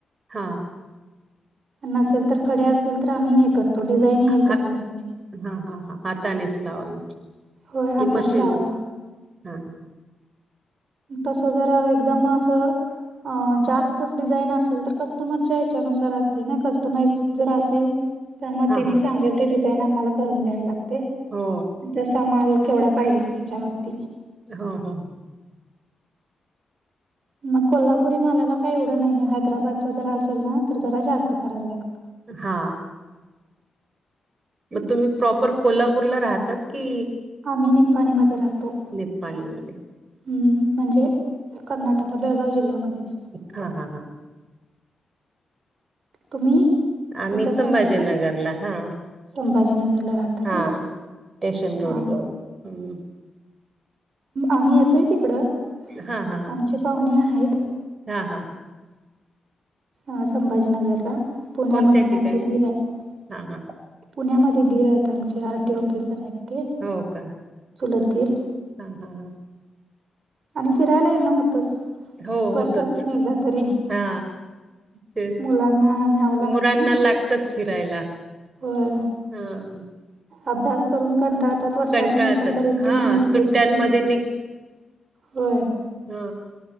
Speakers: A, on the right (about 45°); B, on the right (about 60°).
A: हा.
B: नसेल तर खडे असतील तर आम्ही हे करतो डिझाईन येईल
A: हां,
B: तस असतंय.
A: हां हां हां हातानेच लावाला
B: होय हाताने
A: की मशीन
B: लावायला
A: हां हां.
B: तसजरा एकद मसं. जास्तच डिझाईन असेल तर कस्टमरच्या ह्याच्यानुसार असते ना कस्टमाइज जर असेल. तर मग
A: हां,
B: त्यांनी
A: हां.
B: सांगल ते डिझाईन आम्हाला करून द्यावी लागते.
A: हो,
B: जसा माल केवढा पाहिजे त्याच्यावरती.
A: हो हो.
B: मग कोल्हापुरी मला काही एवढं नाही हैदराबादच जरा असेल ना तर जरा जास्त करावे लागत.
A: हा. मग तुम्ही प्रॉपर कोल्हापूरला राहतात की.
B: आम्ही निपाणीमध्येध्ये राहतो.
A: निपपाणीमध्येध्ये.
B: हम्म म्हणजे कर्नाटक बेळगाव जिल्ह्यामध्येच
A: हा हा हा.
B: तुम्ही
A: आम्ही
B: तिथंच
A: संभाजीनगरला.
B: राहता काय
A: हां,
B: संभाजीनगरला राहता
A: हां.
B: काय.
A: स्टेशन रोड
B: हां
A: ग
B: हां
A: हम्म.
B: आम्ही येतोय तिकडं.
A: हा हा हा.
B: आमचे पाहुणे आहेत.
A: हा हा.
B: अ संभाजीनगरला पुण्यामध्ये
A: कोणत्या
B: माझे
A: ठिकाणी?
B: ीर आहेत.
A: हां, हां.
B: पुण्यामध्ये धर आहेत आमचे आरटी ऑफिसर आहेत. ते,
A: हो का
B: चुलत दीर
A: ह ह ह
B: आणि फिरायला येणं होतंच.
A: हो
B: वर्षातून
A: होतच
B: एकदा तरी
A: हा ते
B: मुलांना न्यावं लागतं
A: मुरांना
B: ना.
A: लाग. तच फिरायला
B: होय.
A: हा.
B: अभ्यास करून कंटाळतात. वर्षातून
A: कंटाळतात.
B: एकदा तरी
A: हां.
B: ट्रिप निघतेच
A: सुट्ट्यांमध्ये
B: की, होय.
A: हा